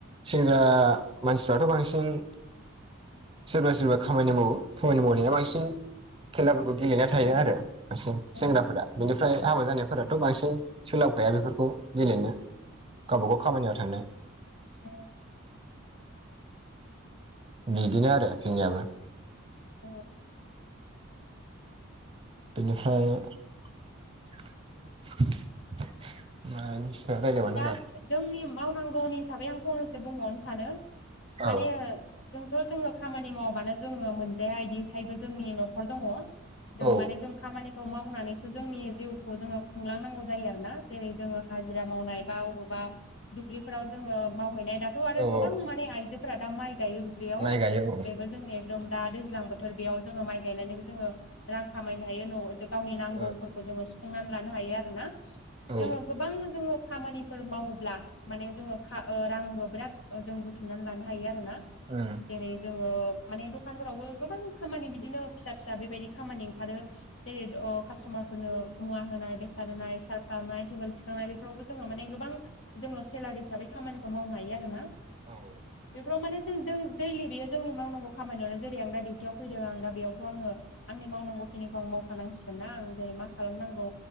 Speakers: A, on the right; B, on the left.
A: सेंग्रा मानसिफ्राथ' बांसिन सोरबा सोरबा खामानि मावो खामानि मावनाया बांसिन खेलाफोरखौ गेलेना थायो आरो बांसिन सेंग्राफोरा
B: उम
A: बेनिफ्राय हाबा जानायफोराथ' बांसिन सोलाबखाया बेफोरखौ गेलेनो गावबा गाव खामानियाव थांनो
B: औ
A: बिदिनो आरो जोंनियाबो।
B: औ
A: बेनिफ्राय <unintelligible> रायलायहरनाङा
B: दा जोंनि मावनांगौनि हिसाबै आं फंनैसो बुंबावनो सानो माने
A: औ
B: जोंथ' जोङो खामानि मावाबानो जोङो मोनजाया बिदिखायबो जोंनि न'खर दङ। जों
A: औ
B: माने जों खामानिखौ मावनानैसो जोंनि जिउखौ जोङो खुंलांनांगौ जायो आरोना जेरै जोङो हाजिरा मावनाय बा बबावबा दुब्लिफोराव जोङो मावहैनाय दाथ' आरो
A: औ
B: गोबां
A: औ
B: माने आइजोफोरा दा माइ गायो। बेयाव
A: माइ गायो औ
B: <unintelligible> जोंनि एकदम दा दैज्लां बोथोर बेयाव जोङो माइ गायनानैबो जोङो रां खामायनो हायो न'आव गावनि नांगौफोरखौ
A: ओ
B: जोङो सुफुंनानै लानो हायो आरोना
A: औ
B: जोङो गोबां जोङो खामानिफोर मावोब्ला माने जोङो खा ओ रांबो बिराद जों बुथुमनानै लानो हायो आरो ना।
A: उम
B: जेरै जोङो माने दखानफोरावबो गोबां खामानि बिदिनो फिसा फिसा बेबायदि खामानि ओंखारो जेरै कास्ट'मारफोरनो मुवा होनाय बेसाद होनाय सार्भ खालामनाय टेबोल थिखांनाय बेफोरावबो जोङो माने गोबां जोङो सेलारि हिसाबै खामानिखौ मावनो हायो आरोना।
A: औ
B: बेफोराव माने जों दै-दैलि बेयो जोंनि मावनांगौ खामानियावनो जेरै आं दा डिउटियाव फैदों आं दा बेयाव आङो आंनि मावनांगौखिनिखौ आं मावखानांसिगोन ना आं जेरै मा खालामनांगौ